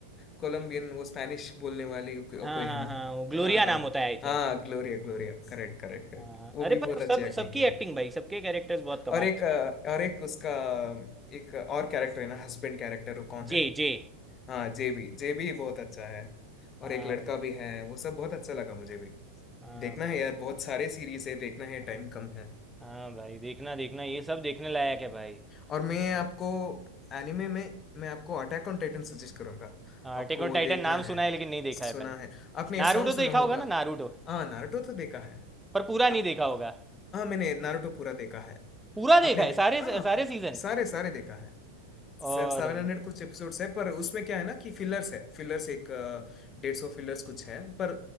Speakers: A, on the left; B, in the centre.
A: कोलंबियन वो स्पैनिश बोलने वाली को,
B: हाँ
A: कोई
B: हाँ
A: है ना
B: हाँ वो ग्लोरिया
A: हाँ हाँ
B: नाम होता है आई
A: हाँ
B: थिंक
A: Gloria Gloria correct correct correct
B: हाँ हाँ
A: वो
B: अरे
A: भी बहुत
B: पर सब
A: अच्छी एक्टिंग
B: सबकी
A: की है
B: एक्टिंग भाई सबके कैरेक्टर्स बहुत कमाल
A: और एक
B: के
A: अ,
B: थे
A: और एक उसका एक और कैरेक्टर है ना हस्बैंड कैरेक्टर वो कौन
B: जे
A: है
B: जे
A: हाँ जेबी जेबी बहुत अच्छा है और
B: हाँ
A: एक लड़का
B: भाई
A: भी है वो सब बहुत अच्छा लगा मुझे भी
B: हाँ
A: देखना
B: भाई
A: है यार बहुत सारे सीरीज है देखना है टाइम
B: हम्म,
A: कम है
B: हाँ भाई देखना देखना ये सब देखने लायक है भाई
A: और मैं
B: और
A: आपको एनिमे में मैं आपको अटैक ऑन टाइटन सजेस्ट करूंगा
B: हाँ
A: आपको
B: अटैक ऑन
A: वो
B: टाइटन
A: देखना
B: नाम
A: है
B: सुना है लेकिन नहीं देखा
A: सुना
B: है भाई
A: है आपने
B: नारुतो
A: ये सॉन्ग सुना
B: देखा
A: होगा
B: होगा ना नारुतो
A: हाँ नारुतो तो देखा है
B: पर पूरा नहीं
A: आ-
B: देखा होगा
A: हाँ मैंने नारुतो पूरा देखा है
B: पूरा देखा
A: आपने
B: है
A: दे
B: सारे
A: हाँ
B: सारे सीजन
A: सारे सारे देखा है
B: और
A: सेवन हंड्रेड कुछ एपिसोड्स है पर उसमें क्या है ना कि फिलर्स है फिलर्स एक डेढ़ सौ फिलर्स कुछ है पर